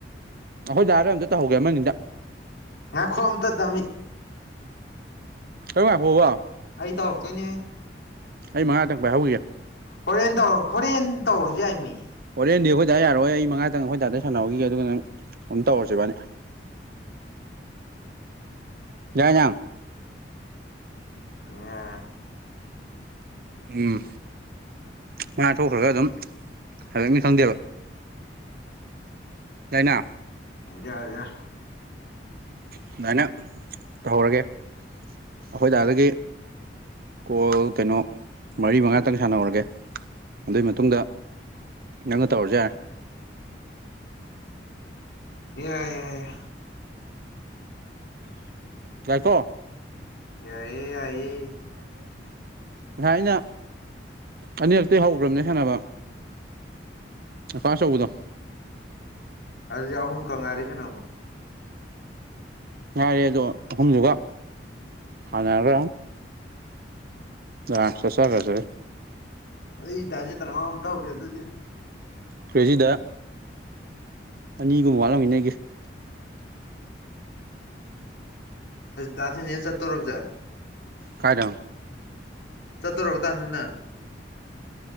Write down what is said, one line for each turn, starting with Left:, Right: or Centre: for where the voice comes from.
Right: ꯑꯩꯈꯣꯏ ꯂꯔꯣꯏ ꯑꯝꯇ ꯇꯧꯍꯧꯒꯦ ꯑꯃꯅꯤꯗ
Left: ꯉ ꯈꯣꯝꯇꯗꯝꯃꯤ
Right: ꯀ ꯐꯕ
Left: ꯑꯩ ꯇꯔꯛꯇꯣꯏꯅꯦꯍ
Right: ꯑꯩ ꯃꯉꯥꯗꯪ ꯄꯥꯏꯍ ꯍꯧꯏꯒꯦ
Left: ꯍꯣꯔꯦꯟꯧ ꯍꯣꯔꯦꯟ ꯇꯧꯔꯨꯁꯨꯦ ꯌꯥꯏꯃꯤ
Right: ꯇ꯭ꯔꯦꯟꯗꯤ ꯑꯩꯈꯣꯏꯗꯥꯏ ꯌꯥꯔꯣꯏ ꯑꯩ ꯃꯉꯥꯇꯪ ꯑꯩꯈꯣꯏꯗꯥꯏꯗ ꯁꯥꯟꯅꯍꯧꯈꯤ ꯑꯗꯨꯅ ꯑꯗꯨꯝ ꯇꯧꯔꯁꯤꯕꯕꯥꯅꯤ ꯌꯥꯏꯉꯝ
Left: ꯑꯦ
Right: ꯎꯝ ꯉꯥ ꯊꯣꯛꯈ꯭ꯔꯒ ꯑꯗꯨꯝ ꯍꯟꯗꯛꯅꯤ ꯈꯪꯗꯦꯕ ꯆꯩꯥꯏꯅꯥ
Left: ꯌꯥꯏ ꯌꯥꯏ
Right: ꯑꯗꯨꯃꯥꯏꯅ ꯇꯧꯍꯧꯔꯒꯦ ꯑꯩꯈꯣꯏꯗꯥꯗꯒꯤ ꯀꯣꯜ ꯀꯩꯅꯣ ꯃꯔꯤ ꯃꯉꯥꯇꯪ ꯁꯥꯟꯅꯍꯧꯔꯒꯦ ꯑꯗꯨꯒꯤ ꯃꯇꯨꯡꯗ ꯅꯪ ꯇꯧꯔꯖꯦ
Left: ꯌꯥꯏ ꯌꯥꯏ ꯌꯥꯏ ꯎ
Right: ꯇꯥꯏꯀꯣ
Left: ꯌꯥꯏꯑꯌꯦ ꯌꯥꯏꯌꯦ
Right: ꯉꯁꯥꯏ ꯑꯩꯅ ꯑꯅꯤꯔꯛꯇ ꯍꯧꯈ꯭ꯔꯕꯅꯦ ꯁꯥꯟꯅꯕ ꯀꯁꯧꯕꯗ
Left: ꯑꯗꯨꯗꯤ ꯑꯍꯨꯝ ꯈꯛ ꯉꯥꯏꯔꯦ ꯀꯩꯅꯣ
Right: ꯉꯥꯏꯔꯦ ꯑꯗꯣ ꯑꯍꯨꯝꯗꯨꯒ ꯍꯥꯟꯅꯔꯒ ꯑ ꯆꯁ ꯀꯁꯦ
Left: ꯑꯩ ꯏ ꯇꯁꯤꯦ ꯇꯔꯥꯃ ꯑꯝ ꯇꯧꯒꯦ ꯑꯗꯨꯗꯤ
Right: ꯐ꯭ꯔꯦꯖꯤꯗ ꯑꯅꯤꯒꯨꯝꯕ ꯋꯥꯠꯂꯃꯤꯟꯅꯒꯤ
Left: ꯗꯁꯤ ꯌꯦ ꯆ ꯇꯧꯔꯐꯖ
Right: ꯀꯥꯏꯗ
Left: ꯆꯠꯇꯣꯔꯔꯕ ꯇꯥꯅꯤꯅ